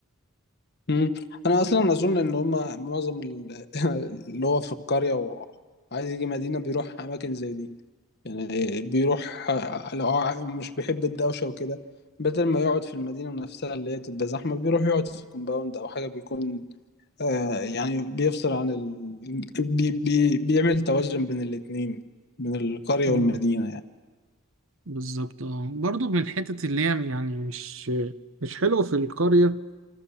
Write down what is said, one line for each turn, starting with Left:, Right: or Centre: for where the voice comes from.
Left: مم. انا اصلا اظن ان هما معظم ال- <laughs> اللي هو في القريه وعايز يجي مدينه بيروح اماكن زي دي يعني بيروح آه، لو هو مش بيحب الدوشه وكده بدل ما يقعد في المدينة نفسها اللي هي تبقى زحمة بيروح يقعد في كومباوند أو حاجة بيكون آه يعني بيفصل عن ال... بي بي بيعمل توازن بين الاتنين بين القرية
Right: مم.
Left: والمدينة يعني
Right: بالظبط اه برضو من الحتت اللي هي يعني مش مش حلوة في القرية